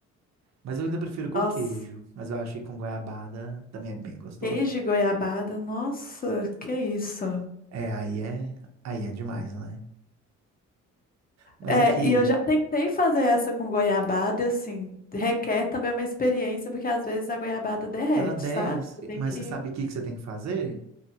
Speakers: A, on the right (about 60°); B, on the left (about 30°).
A: mas eu ainda prefiro
B: Nossa,
A: com queijo, mas eu acho que com goiabada também é bem gostoso.
B: queijo de goiabada, nossa, que isso.
A: É, aí é, aí é demais, né? Mas
B: É,
A: aqui
B: e eu já tentei fazer essa com goiabada, e assim, requer também uma experiência, porque às vezes a goiabada derrete,
A: ela desce,
B: sabe? Você tem
A: mas
B: que.
A: você sabe o que que você tem que fazer?